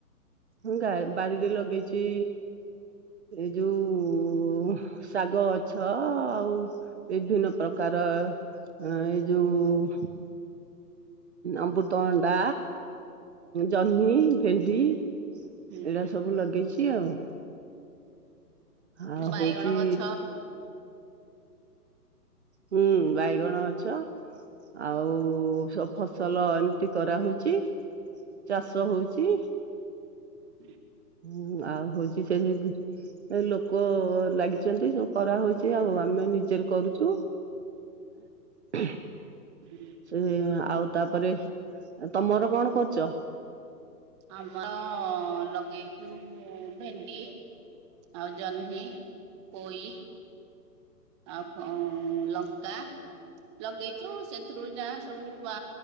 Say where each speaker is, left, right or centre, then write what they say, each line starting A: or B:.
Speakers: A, on the right; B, on the right.
A: ମୁଁ ଗା ବାଡିରେ ଲଗେଇଚି। ଏ ଯୋଉ ଶାଗ ଗଛ ଆଉ ବିଭିନ୍ନ ପ୍ରକାର ଏଇ ଯୋଉ ଅମୃତ ଅଣ୍ଡା ଜହ୍ନି ଭେଣ୍ଡି।
B: ହୁଁ
A: ଏଇଡା ସବୁ ଲଗେଇଚି ଆଉ। ଆଁ
B: ବାଇଗଣ
A: ହୋଉଚି
B: ଗଛ
A: ହୁଁ ବାଇଗଣ ଗଛ ଆଉ ସବବୁ ଫସଲ ଏମିତି କରାହୋଉଚି ଚାଷ ହୋଉଚି।
B: ହଁ।
A: ହୁଁ ଆଉ ହଉଚି ସେମିତି ଏ ଲୋକ ଲାଗିଚନ୍ତି ସବୁ କରାହୋଉଚି ଆଉ ଆମେ ନିଜେରେ କରୁଚୁ। ଏ
B: ହୁଁ
A: ସେ ଆଉ ତାପରେ ତମର କଣ କରୁଚ?
B: ଆମର ଲଗେଇଚୁ ଭେଣ୍ଡି। ଆଉ ଜହ୍ନି ପୋଇ ଆଉ ଲଙ୍କା। ଲଗେଇଚୁ ସେଥିରୁ ଯାହା ସବୁ ବା